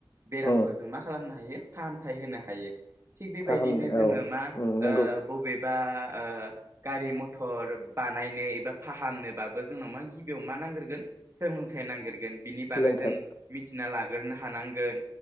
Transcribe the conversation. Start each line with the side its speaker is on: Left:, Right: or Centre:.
Right: बेरामखौ
Left: उम
Right: जों मा खालामनो हायो? फाहामथाय होनो हायो। थिग बेबायदिनो
Left: फाहामनो
Right: जोङो
Left: औ
Right: मा
Left: उम नंगौ
Right: ओ बबे एबा ओ गारि-मथर बानायनो एबा फाहामनोबाबो जोंनाव मा गिबियाव मा नांगोन? सोलोंथाइ नांगिरगोन। बिनि
Left: सोलोंथाइ
Right: बागै जों मिथिना ला गोरनो हानांगोन